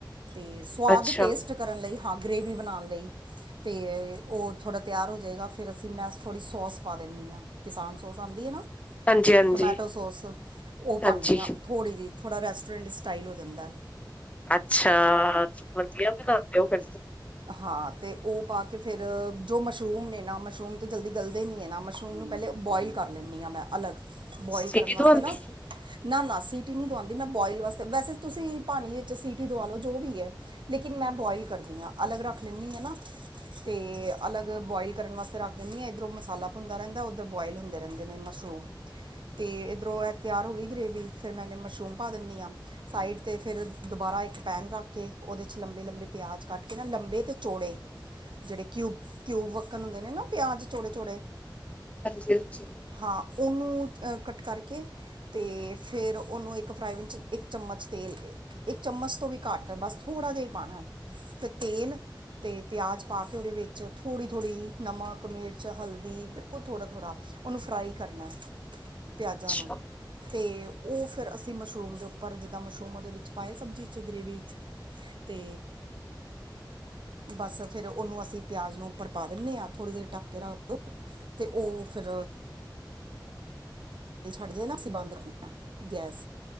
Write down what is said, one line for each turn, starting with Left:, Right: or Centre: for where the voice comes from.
Right: ਤੇ, ਸੁਵਾਦ
Left: ਅੱਛਾ
Right: ਟੇਸਟ ਕਰਨ ਲਈ ਹਾਂ ਗ੍ਰੇਵੀ ਬਣਾਣ ਲਈ। ਤੇ ਉਹ ਥੋੜ੍ਹਾ ਤਿਆਰ ਹੋਜੇਗਾ, ਫਿਰ ਅਸੀਂ ਮੈਂ ਥੋੜ੍ਹੀ ਸੌਸ ਪਾ ਦੇੰਨੀ ਆ। ਕਿਸਾਨ ਸੌਸ ਆਂਦੀ ਏ ਨਾ,
Left: ਹਾਂਜੀ-ਹਾਂਜੀ।
Right: ਟਮੈਟੋ ਸੋਸ ਉਹ
Left: ਹਾਂਜੀ,
Right: ਪਾਂਨੀ ਆ
Left: ਹਾਂਜੀ
Right: ਥੋੜ੍ਹੀ ਜਹੀ। ਥੋੜ੍ਹਾ ਰੈਸਟੋਰੈਂਟ ਸਟਾਈਲ ਹੋ ਜਾਂਦੈ।
Left: ਅੱਛਾ, ਵਧੀਆ ਬਣਾਂਦੇ ਓ ਫਿ
Right: ਹਾ ਤੇ ਉਹ ਪਾਕੇ ਫਿਰ ਜੋ ਮਸ਼ਰੂਮ ਨੇ ਨਾ, ਮਸ਼ਰੂਮ ਤਾਂ ਜਲਦੀ ਗਲਦੇ ਨਹੀਂ ਏ ਨਾ, ਮਸ਼ਰੂਮ ਨੂੰ ਪਹਿਲੇ ਬੌਇਲ ਕਰ ਲੈਂਨੀ ਆ ਮੈ ਅਲੱਗ, ਬੌਇਲ
Left: ਸਿਟੀ
Right: ਕਰਨ ਵਾਸਤੇ
Left: ਤੋਂ ਆਂਦੀ
Right: ਨਾ
Left: ਸੀ?
Right: ਨਾ-ਨਾ ਸੀਟੀ ਨਹੀਂ ਦਵਾਂਦੀ ਮੈਂ ਬੌਇਲ ਵਾਸਤੇ, ਵੈਸੇ ਤੁਸੀਂ ਪਾਣੀ ਵਿੱਚ ਸੀਟੀ ਦਵਾਲੋ ਜੋ ਵੀ ਐ। ਲੇਕਿਨ ਮੈਂ ਬੋਆਇਲ ਕਰਨੀ ਆ, ਅਲੱਗ ਰੱਖ ਲੈਂਨੀ ਆ ਨਾ। ਤੇ ਅਲੱਗ ਬੌਇਲ ਕਰਨ ਵਾਸਤੇ ਰੱਖ ਦਿੰਨੀ ਆ, ਇੱਧਰੋਂ ਮਸਾਲਾ ਭੁੰਨਦਾ ਰਹਿੰਦਾ, ਉੱਧਰ ਬੌਇਲ ਹੁੰਦੇ ਰਹਿੰਦੇ ਨੇ ਮਸ਼ਰੂਮ। ਤੇ ਇੱਧਰੋਂ ਇਹ ਤਿਆਰ ਹੋ ਗਈ ਗਰੇਵੀ, ਫਿਰ ਮੈਂ ਇਹਨੇ ਮਸ਼ਰੂਮ ਪਾ ਦਿੰਨੀ ਆ। ਸਾਈਡ ਤੇ ਫਿਰ ਦੁਬਾਰਾ ਇੱਕ ਪੈਨ ਰੱਖਕੇ, ਉਹਦੇ 'ਚ ਲੰਬੇ-ਲੰਬੇ ਪਿਆਜ਼ ਕੱਟਕੇ ਨਾ ਲੰਬੇ ਤੇ ਚੌੜੇ ਜਿਹੜੇ ਕਿਊਬ, ਕਿਯਊਬ ਵੱਕਣ ਹੁੰਦੇ ਨੇ ਨਾ ਪਿਆਜ਼ ਚੋੜੇ-ਚੋੜੇ।
Left: ਹਾਂਜੀ-ਹਾਂਜੀ।
Right: ਹਾ, ਉਹਨੂੰ ਕੱਟ ਕਰਕੇ ਤੇ ਫਿਰ ਉਹਨੂੰ ਇੱਕ ਫ੍ਰਾਈ ਵੀਨ'ਚ ਇੱਕ ਚਮਚ ਤੇਲ ਇੱਕ ਚਮਚ ਤੋਂ ਵੀ ਘੱਟ, ਬਸ ਥੋੜ੍ਹਾ ਜਿਹਾ ਹੀ ਪਾਣਾ, ਫਿਰ ਤੇਲ ਤੇ ਪਿਆਜ਼ ਪਾਕੇ ਉਹਦੇ ਵਿੱਚ ਥੋੜੀ-ਥੋੜੀ ਨਮਕ, ਮਿਰਚ, ਹਲਦੀ ਬਿਲਕੁਲ ਥੋੜਾ-ਥੋੜਾ ਉਹਨੂੰ ਫ੍ਰਾਈ ਕਰਨਾ, ਪਿਆਜ਼ਾਂ
Left: ਅੱਛਾ-ਅੱਛਾ।
Right: ਨੂੰ। ਤੇ, ਉਹ ਫਿਰ ਅਸੀਂ ਮਸ਼ਰੂਮ ਦੇ ਉੱਪਰ ਜਿੱਦਾਂ ਮਸ਼ਰੂਮ ਉਹਦੇ ਵਿੱਚ ਪਾਏ ਸਬਜ਼ੀ'ਚ, ਗ੍ਰੇਵੀ 'ਚ ਤੇ ਬਸ ਫਿਰ ਉਹਨੂੰ ਅਸੀਂ ਪਿਆਜ਼ ਨੂੰ ਉੱਪਰ ਪਾ ਦਿੰਨੇ ਆ, ਥੋੜ੍ਹੀ ਦੇਰ ਢੱਕਕੇ ਕੇ ਰੱਖਦੋ। ਤੇ ਉਹ ਫਿਰ ਛੱਡ ਜਏ ਨਾ ਅਸੀਂ ਬੰਦ ਰੱਖਣਆ ਗੈਸ